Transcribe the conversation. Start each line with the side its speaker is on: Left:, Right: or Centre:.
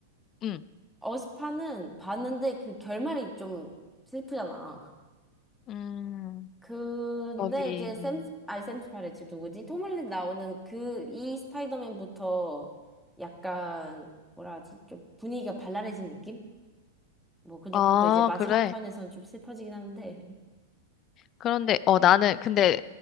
Left: 응.
Centre: 어스파는 봤는데 그 결말이 좀 슬프잖아.
Left: 음.
Centre: 근데
Left: 거기
Centre: 이제 샘,
Left: 음.
Centre: 스- 아니 샘 스파레츠 누구지? 톰 홀랜드 나오는 그 이 스파이더맨부터 약간 뭐라 하지? 좀 분위기가 발랄해진 느낌? 뭐 근데
Left: 아,
Centre: 그것도 이제 마지막
Left: 그래.
Centre: 편에서는 좀 슬퍼지긴 하는데. <laughs>
Left: 그런데, 어, 나는, 근데